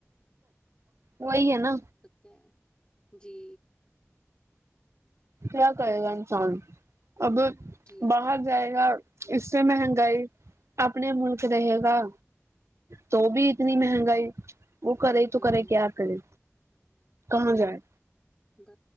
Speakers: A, on the right; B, on the left.
A: وہی ہے نا
B: ہیں جی
A: کیا کرے گا انسان اگر
B: جی
A: باہر جائے گا اس سے مہنگائی اپنے ملک رہے گا تو بھی اتنی مہنگائی وہ کرے
B: ہوں
A: تو کرے کیا کرے کہاں جائے
B: ب